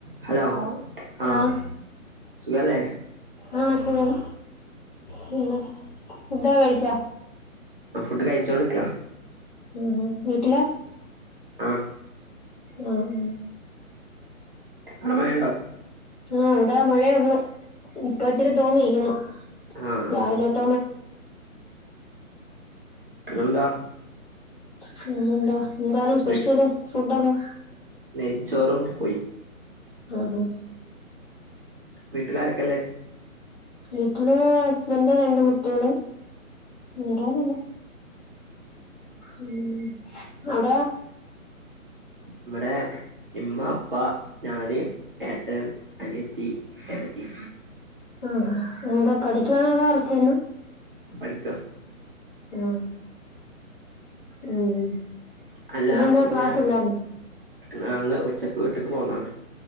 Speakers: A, on the right; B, on the left.
A: Hello ആ
B: ആഹ്
A: സുഖല്ലേ?
B: ആ സുഖം പിന്നെ ഫുഡൊക്കെ കഴിച്ചാ?
A: ഫുഡ് കഴിച്ചോണ്ട്ക്കാ
B: ആ വീട്ടിലാ
A: ആ
B: ആ ആ
A: അവടെ മഴണ്ടോ?
B: ആ ഇവടെ മഴയൊള്ളു ഇപ്പം ഇച്ചിരി തോന്ന് നിക്കുന്നു.
A: ആഹ്
B: രാവിലെ <unintelligible>
A: എന്താ?
B: പിന്നെന്താ എന്താണ് സ്പെഷ്യല്
A: വീട്ട്
B: ഫുഡൊക്കെ?
A: നെയ്ച്ചോറും കോയിം.
B: ആഹാ
A: വീട്ടിലാരൊക്കെല്ലേ
B: വീട്ടില് ഹസ്ബൻഡ് രണ്ട് കുട്ട്യേള് ഉം. ആരുല്ല ഉം അവടോ?
A: ഇവടെ ഇമ്മ, ഇപ്പ, ഞാന്, ഏട്ടൻ, അനിയത്തി, ഏട്ടത്തി.
B: ആഹാ എന്താ പഠിക്ക്യാണോ അതോ വർക്കെയ്യാണോ?
A: പഠിക്കുവാ.
B: ആ ഉം
A: അല്ല
B: ഇന്നെന്താ
A: പിന്നെ
B: ക്ലാസ് ഇല്ലായിരുന്നോ
A: ഇന്ന് വന്ന് ഉച്ച വീട്ട്ക്ക് പോന്നാണ്.